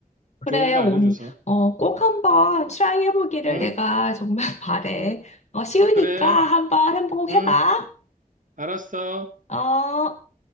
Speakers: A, on the left; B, on the right.
A: 그래,
B: 좋은 거
A: 옴-
B: 알려줘서.
A: 어, 꼭 한번 트라이 해보기를
B: 응,
A: 내가 정말 <laughs> 바래.
B: 응,
A: 어, 쉬우니까
B: 그래,
A: 한번 행복해봐.
B: 응, 알았어.
A: 어.